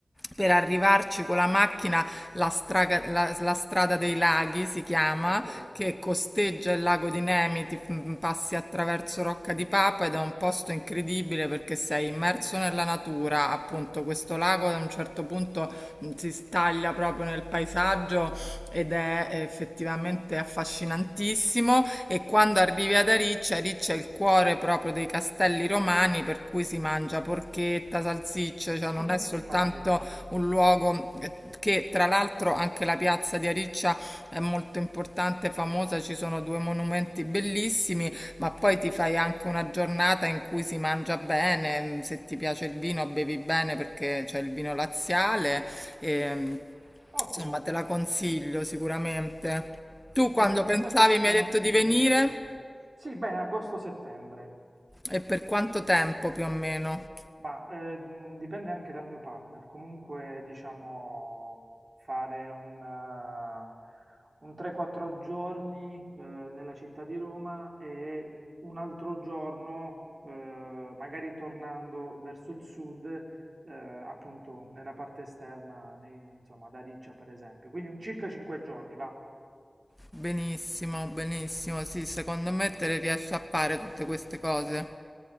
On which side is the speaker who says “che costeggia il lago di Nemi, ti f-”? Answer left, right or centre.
Centre